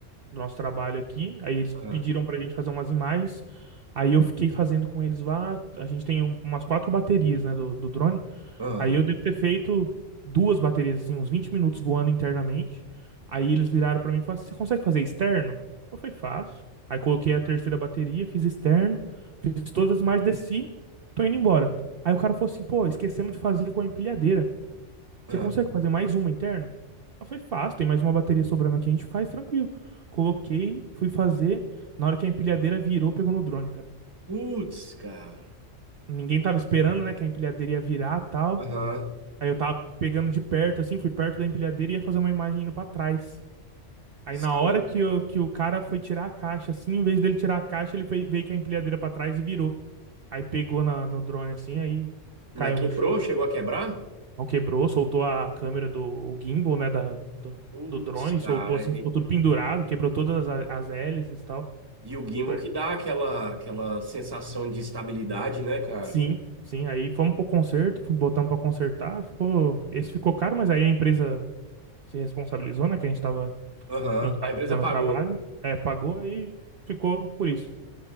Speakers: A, on the right; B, on the right.
A: do nosso trabalho aqui. Aí eles
B: aham,
A: pediram pra gente fazer umas imagens. Aí eu fiquei fazendo com eles lá. A gente tem um- umas quatro baterias, né, do, do drone.
B: aham,
A: Aí eu devo ter feito duas baterias, assim, uns 20 minutos voando internamente. Aí eles viraram pra mim e falaram: assim, Você consegue fazer externo? Eu falei: Faço. Aí coloquei a terceira bateria, fiz externo, fiz todas as imagens, desci, tô indo embora. Aí o cara falou assim, pô, esquecemos de fazer com a empilhadeira. Você
B: aham.
A: consegue fazer mais uma interna? Eu falei, fácil, tem mais uma bateria sobrando aqui, a gente faz tranquilo. Coloquei, fui fazer. Na hora que a empilhadeira virou, pegou no drone, cara.
B: Putz, cara.
A: Ninguém tava esperando, né, que a empilhadeira ia virar tal.
B: Aham.
A: Aí eu tava pegando de perto, assim, fui perto da empilhadeira e ia fazer uma imagem indo pra trás. Aí
B: Sim.
A: na hora que, eu, que o cara foi tirar a caixa, assim, em vez dele tirar a caixa, ele foi- veio com a empilhadeira pra trás e virou. Aí pegou na, no drone, assim, aí
B: Mas
A: caiu
B: quebrou?
A: no chão.
B: Chegou a quebrar?
A: Não quebrou, soltou a câmera do o gimbal, né, da, do,
B: Putz,
A: do drone,
B: cara.
A: soltou assim,
B: E,
A: ficou tudo pendurado, quebrou todas as, as hélices e tal.
B: e o gimbal
A: Foi-
B: que dá aquela, aquela sensação de estabilidade, né, cara?
A: Sim, sim, aí fomos pro conserto, fomos- botamos pra consertar, ficou, esse ficou caro, mas aí a empresa se responsabilizou, né, que a gente tava,
B: Aham.
A: a gente tava
B: A empresa
A: fazendo
B: pagou.
A: o trabalho, é, pagou aí ficou por isso.